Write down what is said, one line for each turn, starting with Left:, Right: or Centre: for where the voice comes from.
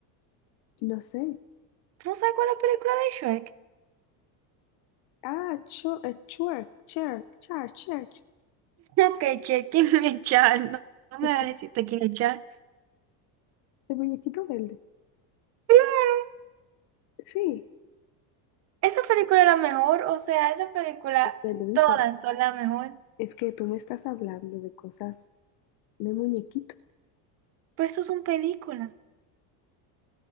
Left: No sé.
Right: ¿Tú no sabes cuál es la película de Shrek? <laughs>
Left: Ah, Chur, eh, Chur, Chur, Chur, Church.
Right: Ok, Shrek, ¿quién es Charles? No, no me
Left: <laughs>
Right: vas a decirte quién es Charles.
Left: El muñequito verde.
Right: Claro,
Left: Sí.
Right: Esa película es la mejor, o sea, esa película,
Left: Este, Luisa,
Right: todas son la mejor.
Left: es que tú me estás hablando de cosas de muñequito.
Right: Pues eso son películas,